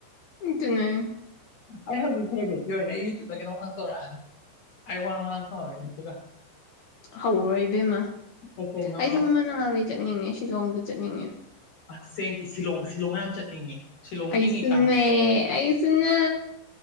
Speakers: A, on the left; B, on the left.
A: ꯏꯠꯇꯉ
B: ꯑꯩ ꯍꯧꯖꯤꯛ ꯐꯦꯕꯦꯠꯀꯤ ꯑꯣꯏꯅ ꯑꯩ ꯌꯨꯇ꯭ꯌꯨꯕꯇ ꯀꯩꯅꯣ ꯍꯥꯡꯇꯣꯔꯛꯑꯅꯤ ꯑꯩ ꯋꯥ ꯍꯣꯏꯇꯒ
A: ꯍꯧꯔꯣꯏ ꯏꯕꯦꯝꯃ
B: ꯀꯩ ꯀꯩꯅꯣ
A: ꯑꯩ ꯁꯝ ꯃꯅꯥꯗ ꯆꯠꯅꯤꯡꯉꯦ ꯁꯤꯂꯣꯡꯗ ꯆꯠꯅꯤꯡꯉꯦ
B: ꯑꯁꯦꯡꯒꯤ ꯁꯤꯂꯣꯡ ꯁꯤꯂꯣꯡ ꯌꯥꯝ ꯆꯠꯅꯤꯡꯉꯦ ꯁꯤꯂꯣꯡ
A: ꯑꯩꯁꯨꯟꯃꯦ
B: ꯏꯪꯉꯤꯀꯥꯟꯗ
A: ꯑꯩꯁꯨꯟꯃꯦ